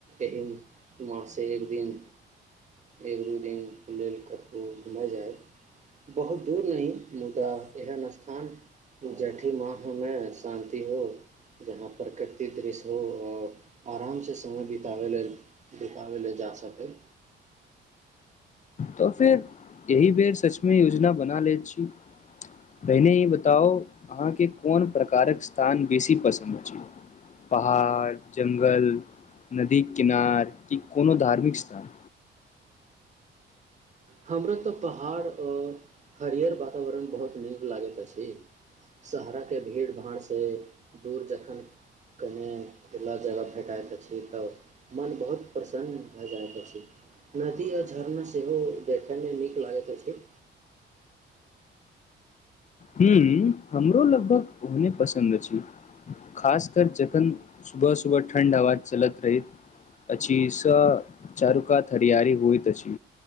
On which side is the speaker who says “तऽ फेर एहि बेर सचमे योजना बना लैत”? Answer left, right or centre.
Left